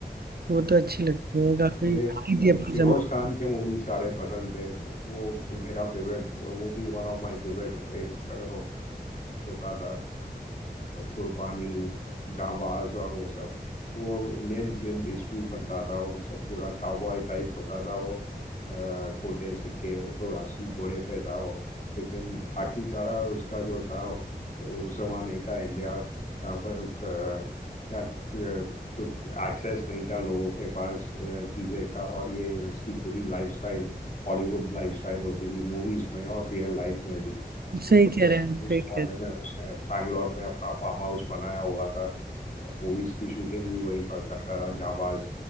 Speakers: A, on the right; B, on the left.
A: वो तो अच्छी लगती है काफी
B: मुझे
A: थी अपने
B: फिरोज
A: जमाने
B: खान के मूवी सारे पसंद थे वो मेरा फेवरेट वो भी वन ऑफ माय फेवरेट एक अ, हो- होता था कुर्बानी जाबाज और वो सब वो इंडियन क्लिंट ईस्टवुड बनता था वो सब पूरा काउबॉय टाइप होता था वो अ, खोटे सिक्के वो तो असली घोड़े पे था वो लेकिन बाकी सारा उसका जो था वो उस जमाने का इंडिया यहाँ पर अ, या अ, कुछ एक्सेस नहीं था लोगों के पास अ, चीज़ें का और ये इसकी पूरी लाइफस्टाइल हॉलीवुड लाइफस्टाइल होती थी मूवीज़ में और रियल लाइफ में भी
A: सही
B: तो
A: कह रहे हैं
B: उस
A: सही कह
B: जमाने
A: रहे
B: में उसने बैंगलोर में अपना फार्म हाउस बनाया हुआ था मूवीज की शूटिंग भी वहीं पर करता था जाबाज